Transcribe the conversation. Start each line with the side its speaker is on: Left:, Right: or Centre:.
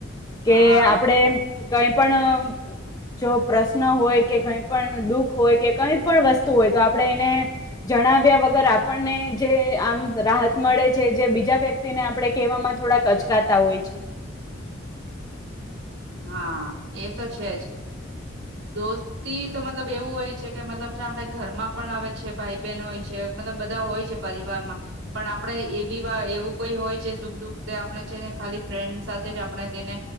Right: હા
Left: કે આપડે તો અહી પણ અમ્મ જો પ્રશ્ન હોય, કે કઈ પણ દુઃખ હોય કે કઈ પણ વસ્તુ હોય તો આપણે એને જણાવ્યા વગર આપણને જે આમ રાહત મળે છે. જે બીજા વ્યક્તિને આપણે કહેવામાં થોડાક અચકાતા હોય છે.
Right: હા એ તો છે જ. દોસ્તી તો મતલબ એવું હોય છે, કે મતલબ આપણે ઘરમાં પણ હવે છે ભાઈ બેન હોય છે. મતલબ બધા હોય જે પરવારમાં પણ આપણે એવી વા એવું કોઈ હોય છે સુખ દુખ આપણે છે. ને ખાલી ફ્રેન્ડ સાથે જ આપણે તેને